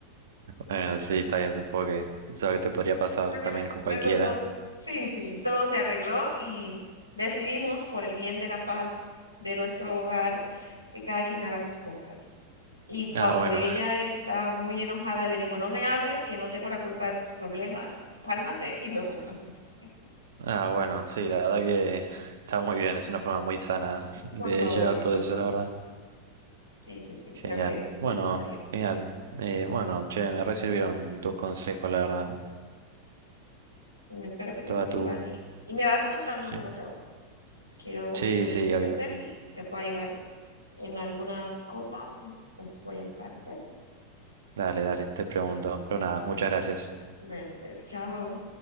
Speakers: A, on the right; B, on the left.
A: Bueno, sí, está bien, supongo que es algo que te podría pasar
B: por allá.
A: también con
B: Luego
A: cualquiera.
B: todo, sí, sí, todo se arregló y decidimos por el bien de la paz de nuestro hogar que cada quien haga sus compras. Y cuando
A: Ah, bueno.
B: ella está muy enojada, le digo, no me hables, que no tengo la culpa de tus problemas, cálmate y luego hablamos. <laughs>
A: Ah, bueno, sí, la verdad que está muy bien, es una forma muy sana de
B: Por favor,
A: llevar todo
B: por
A: eso,
B: favor.
A: la verdad.
B: Sí, sí, sí,
A: Genial.
B: creo que es
A: Bueno,
B: necesario.
A: genial. Eh, bueno, che, me re sirvieron tus consejos, la verdad.
B: Mm, Espero que te
A: Toda
B: sirvan
A: tu...
B: y, y me vas contando
A: Sí.
B: cómo te va. Quiero,
A: Sí,
B: quiero
A: sí,
B: que me
A: obvio.
B: cuentes si te puedo ayudar en alguna cosa, pues voy a estar, ¿ok?
A: Dale, dale, te pregunto. Pero nada, muchas gracias.
B: Bueno, pues chao.